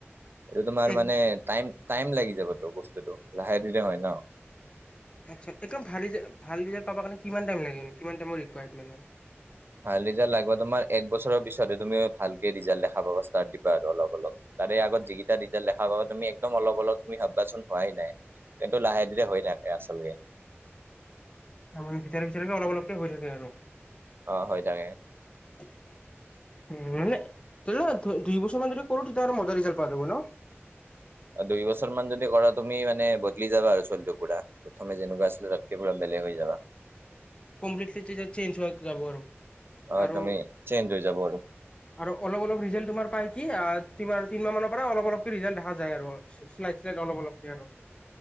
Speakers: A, on the right; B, on the left.
A: এইটো তোমাৰ
B: এক
A: মানে টাইম টাইম লাগি যাবতো বস্তুটো, লাহে ধীৰে হয় ন'।
B: আচ্ছা একদম ভাল ৰিজা ভাল ৰিজাল্ট পাবা কাৰণে কিমান টাইম লাগে নো, কিমান টাইমৰ ৰিকুৱায়াৰমেণ্ট হয়।
A: ভাল ৰিজাল্ট লাগবা তোমাৰ এক বছৰৰ পিছতহে তুমি ভালকে ৰিজাল্ট দেখা পাবা ষ্টাৰ্ট দিবা আৰু অলপ অলপ। তাৰে আগত যিকেইটা ৰিজাল্ট দেখা পাব তুমি একদম অলপ অলপ তুমি ভাববা চোন হোৱাই নাই। কিন্তু লাহে ধীৰে হৈ থাকে আচলকে।
B: উম, ভিতৰকে ভিতৰকে অলপ অলপকে হৈ থাকে আৰু।
A: অ' হয় তাকে।
B: <unintelligible> <unintelligible> দুই বছৰ মান যদি কৰোঁ তেতিয়াহ'লে মজা ৰিজাল্ট পোৱা যাব ন'।
A: অ' দুই বছৰ মান যদি কৰা তুমি মানে বদলি যাবা আৰু চলটো পুৰা, প্ৰথমে যেনেকুৱা আছিলা তাতকে পুৰা বেলেগ হৈ যাবা।
B: কমপ্লিটলি তেতিয়া চেঞ্জ হোৱা যাব আৰু,
A: অ
B: আৰু
A: তুমি চেঞ্জ হৈ যাব আৰু।
B: আৰু অলপ অলপ ৰিজাল্ট তোমাৰ পাই কি আ' তিমা তিনমাহ মানৰ পৰা অলপ অলপকে ৰিজাল্ট দেখা যায় আৰু। শ্লাইড শ্লাইড অলপ অলপকে আৰু।